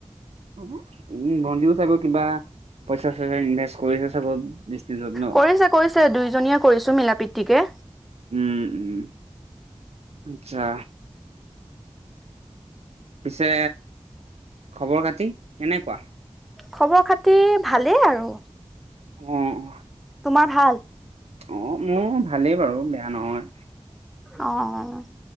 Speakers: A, on the right; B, in the centre.
A: উ ভন্টিও চাগে কিবা পইচা চইচা ইনভেষ্ট কৰিছে চাগৈ। বিজনেছত ন
B: কৰিছে কৰিছে দুইজনীয়ে কৰিছো মিলা প্ৰীতিকে।
A: উম উম আচ্ছা। পিছে খবৰ খাতি কেনেকুৱা?
B: খবৰ খাতি ভালেই আৰু।
A: অ
B: তোমাৰ ভাল?
A: অ মোৰ ভালেই বাৰু বেয়া নহয়।
B: অ'অ'